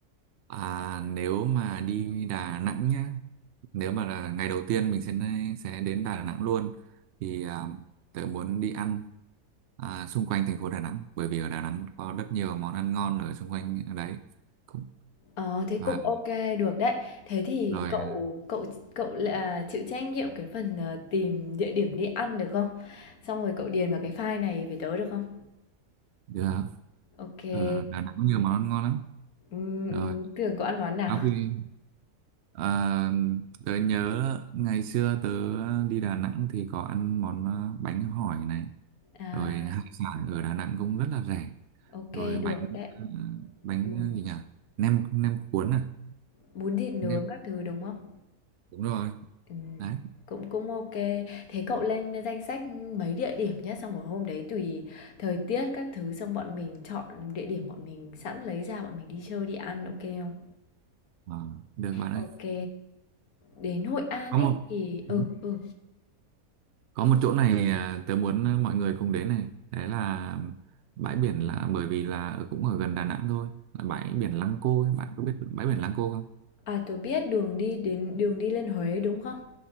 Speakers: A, on the right (about 65°); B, on the left (about 75°).
A: À, nếu mà đi Đà Nẵng nhá, nếu mà là ngày đầu tiên mình sẽ sẽ đến Đà Nẵng luôn thì à, tớ muốn đi ăn à, xung quanh thành phố Đà Nẵng bởi vì ở Đà Nẵng có rất nhiều món ăn ngon ở xung quanh ở đấy cũng
B: Ờ, thế
A: và
B: cũng ok được đấy. Thế thì
A: rồi
B: cậu
A: à,
B: cậu cậu là chịu trách nhiệm cái phần, ờ, tìm địa điểm đi ăn được không? Xong rồi cậu điền vào cái file này về tớ được không?
A: được
B: ok kê.
A: ở Đà Nẵng có nhiều món ăn ngon lắm
B: Ừm,
A: rồi
B: ừm, Tường ăn món nào?
A: sau khi à, tớ nhớ ngày xưa tớ đi Đà Nẵng thì có ăn món à, bánh hỏi này
B: À,
A: rồi hải sản ở Đà Nẵng cũng rất là rẻ
B: ok
A: rồi bánh
B: được đấy.
A: ờ, bánh
B: Ừm,
A: ờ, gì nhỉ nem nem cuốn à
B: bún thịt nướng
A: nem
B: các thứ, đúng không?
A: đúng rồi
B: Ừm,
A: đấy
B: cũng cũng ok Thế cậu lên danh sách mấy địa điểm nhé xong rồi hôm đấy tùy thời tiết các thứ, xong bọn mình chọn địa điểm bọn mình sẵn lấy ra bọn mình đi chơi, đi ăn, ok không?
A: Ờ, được bạn
B: ok
A: ơi
B: Đến Hội An
A: có
B: ấy
A: một
B: thì ừ,
A: ừ,
B: ừ.
A: có một chỗ này à, tớ muốn à, mọi người cùng đến này đấy là bãi biển là bởi vì là ở- cũng ở gần Đà Nẵng thôi là bãi biển Lăng Cô ấy. bạn có biết bãi biển Lăng Cô không
B: À, tôi biết đường đi đến đường đi lên Huế đúng không?